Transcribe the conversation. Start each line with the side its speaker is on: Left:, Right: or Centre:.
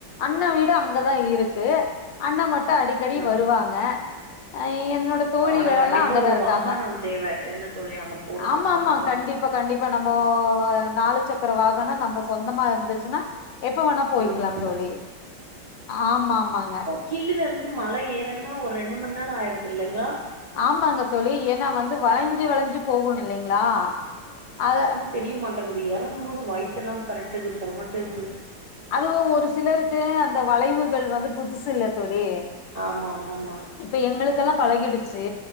Left: அண்ணா வீடு அங்கதா இருக்கு அண்ண மட்டு அடிக்கடி
Right: ஆ
Left: வருவாங்க அ என்னோட தோழி
Right: ஆனா
Left: களலா
Right: கண்டிப்பா
Left: அங்கதா
Right: ஒரு
Left: இருக்காங்க
Right: வாகனம் தேவ என்ன தோழி அங்க போறதுக்கு
Left: ஆமா
Right: வர்றதுக்கு
Left: ஆமா கண்டிப்பா கண்டிப் இப்ப நம்போ நாலு சக்கர வாகனோ நம்ப சொந்தமா இருந்துச்சுன்னா எப்போ வேணா போயிக்கலா
Right: ம்
Left: தோழி ஆமா ஆமாங்க
Right: கீழருந்து மல ஏறனுன்னா ஒரு ரெண்டு மண்நேரோ ஆயிறது இல்லங்கோ
Left: ஆமாங்க தோழி ஏன்னா வந்து வளைஞ்சி வளைஞ்சு போகு இல்லைங்களா அத
Right: தெரியமாட்டேங்குது எறங்கும் போது வயித்தல்லா பெரட்டுது குமட்டுது
Left: அது ஒ ஒரு சிலருக்கு அந்த வளைவுகள் வந்து புதுசு இல்ல தோழி
Right: ஆமா மோம்மா
Left: இப்ப எங்களுக்கெல்லா பழகிடுச்சு